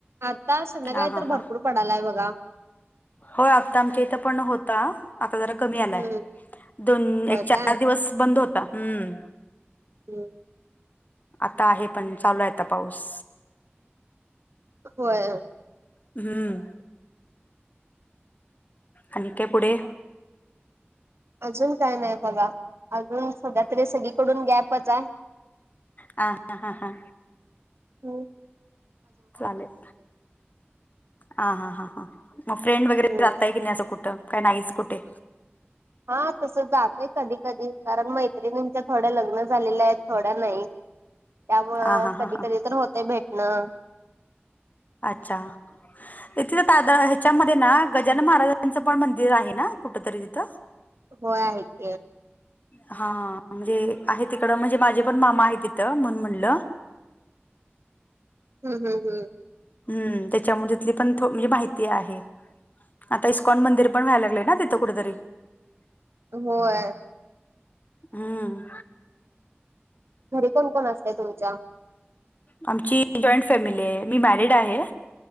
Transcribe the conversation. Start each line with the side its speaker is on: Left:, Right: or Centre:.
Right: आता संध्याकाळी
Left: हा हा
Right: तर
Left: हा
Right: भरपूर पडायलाय बघा.
Left: होय आत्ता आमच्या इथं पण होता. आता जरा कमी आलाय
Right: हम्म
Left: दोन,
Right: होय
Left: एक चार
Right: काय
Left: दिवस बंद होता. हम्म
Right: हम्
Left: आता आहे पण चालू आता पाऊस
Right: होय.
Left: हम्म आणि त्या पुढे
Right: अजून काय नाही बघा अजून सध्या तरी सगळीकडून गॅपच आहे.
Left: हा हा हा हा
Right: होम्
Left: चालेल. हा हा हा हां मग फ्रेंड वगैरे
Right: हम्म
Left: जातय की नाही असं कुठं काही नाहीच कुठे
Right: हा तस जातोय कधी कधी कारण मै मैत्रिणीच्या थोड्या लग्न झालेल्या आहेत, थोड्या नाही. त्यामुळं
Left: हा हा हा
Right: कधी
Left: हा
Right: कधी तर होतय भेटणं.
Left: अच्छा तिथं ह्याच्यामध्ये ना गजानन महाराजांचं पण मंदिर आहे ना कुठ तरी तिथं
Right: होय आहेे की
Left: हा म्हणजे आहे तिकडं म्हणजे माझे पण मामा आहे तिथं म्हणून म्हणलं
Right: हम् हम हम्.
Left: हम्म त्याच्यामुळे तिथली पण म्हणजे माहिती आहे. आता इस्कॉन मंदिर पण व्हायला लागले ना तिथं कुठेतरी
Right: होय.
Left: हम्म.
Right: घरी कोण कोण असत तुमच्या?
Left: आमची जॉईंट फॅमिली आहे मी मॅरिड आहे.